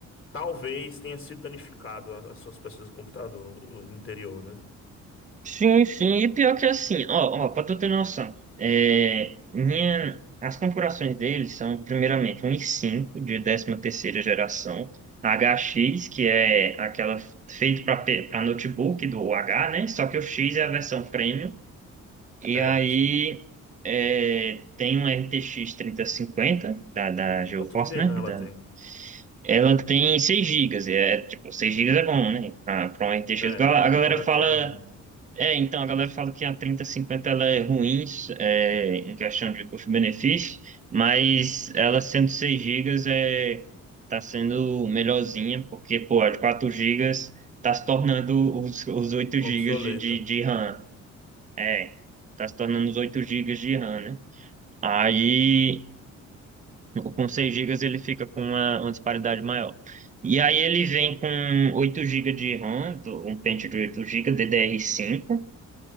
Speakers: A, on the left; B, on the right.
A: Talvez tenha sido danificado a- as suas peças do computador, o interior, né?
B: Sim, sim, e pior que é assim, ó, ó, pra tu ter noção, é, minha, as configurações deles são, primeiramente, um i5 de décima terceira geração, HX, que é aquela feita para notebook do H, né? Só que o X é a versão premium, E
A: É,
B: aí
A: sim.
B: é, tem uma RTX cinquenta da, da GeForce,
A: Quanto de VRAM
B: né?
A: ela
B: Da-
A: tem?
B: ela tem 6 gigas, É, tipo, 6 gigas é bom, né? Pra, pra uma RTX.
A: É,
B: A gal- a
A: é
B: galera
A: melhor
B: fala.
A: que a minha.
B: É, então, a galera fala que a trinta cinquenta ela é ruim é, em questão de custo-benefício, mas ela sendo 6 gigas é, tá sendo melhorzinha, porque, pô, a de 4 gigas tá se tornando os, os 8 gigas
A: Obsoleta.
B: de, de, de RAM. É, tá se tornando os 8 gigas de RAM, né? Aí, com 6 gigas ele fica com uma, uma disparidade maior. E aí ele vem com 8 gigas de RAM, do- um pente de 8 GB ddr cinco.